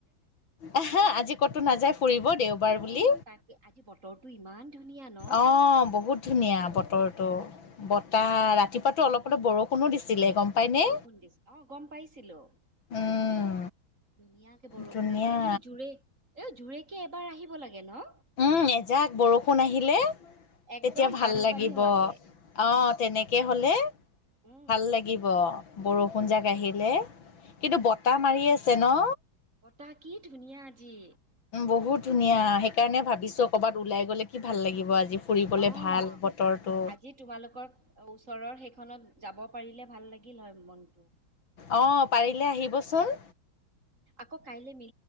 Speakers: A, on the left (about 70°); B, on the right (about 35°).
A: এহে আজি কতো নাযায় ফুৰিব দেওবাৰ
B: অ
A: বুলি
B: তাকে আজি বতৰটো ইমান ধুনীয়া ন
A: অ' বহুত ধুনীয়া বতৰটো। বতাহ ৰাতিপুৱাতো অলপ
B: বত-
A: অলপ বৰষুণো দিছিলে গম পাইনে।
B: বৰষুণ দিছে অ গম পাইছিলো ধুনীয়াকে
A: উম,
B: বৰষুণে
A: ধুনীয়া
B: দিলে কিন্তু জোৰে এ জোৰেকে এবাৰ আহিব। লাগে নহ
A: উম এজাক বৰষুণ আহিলে।
B: একদম
A: তেতিয়া ভাল
B: বানপানী
A: লাগিব
B: হোৱাকে
A: আহ তেনেকে হ'লে
B: উম
A: ভাল লাগিব বৰষুণ
B: বানপানী
A: জাক আহিলে
B: হোৱাতকে
A: কিন্তু
B: উম
A: বতাহ মাৰি আছে ন
B: বতাহ কি ধুনীয়া আজি।
A: উ বহুত ধুনীয়া সেইকাৰণে ভাবিছো। কৰ'বাত ওলাই গ'লে কি ভাল লাগিব। আজি ফুৰিবলে
B: অ'
A: ভাল বতৰটো
B: আজি তোমালোকৰ ওচৰৰ সেইখনত। যাব পাৰিলে ভাল লাগিল হয় মনটো।
A: অহহ পাৰিলে আহিবচোন।
B: আকৌ কাইলে মিলি